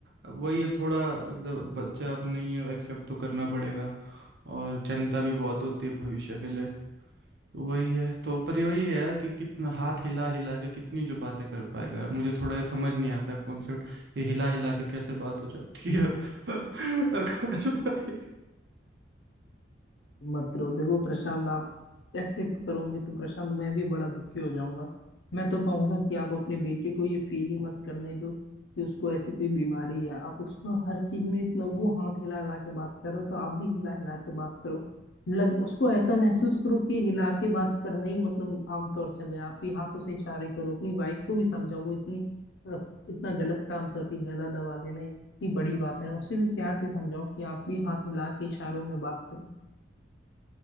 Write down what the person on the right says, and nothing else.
अब वही है थोड़ा मतलब बच्चा अब नहीं है अब एक्सेप्ट तो करना पड़ेगा और चिंता भी बहुत होती है भविष्य के लिए तो वही है तो पर वही है यार कि कितना हाथ हिला हिला के कितनी जो बातें कर पाएगा यार मुझे थोड़ा ये समझ नहीं आता कॉन्सेप्ट ये हिला हिला के कैसे बात हो जाती है <laughs> आकाश भाई